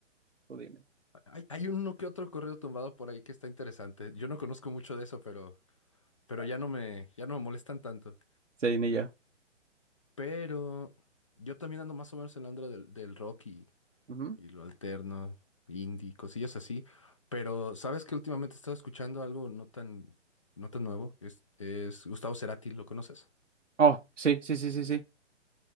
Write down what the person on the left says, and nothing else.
Hay, hay uno que otro corrido tumbado por ahí que está interesante. Yo no conozco mucho de eso, pero, pero
ya no me, ya no me molestan tanto.
Pero yo también ando más o menos en la onda del, del rock y,
y lo alterno, indie, cosillas así. Pero sabes que últimamente he estado escuchando algo no tan, no tan nuevo. Es, es Gustavo Cerati, ¿lo conoces?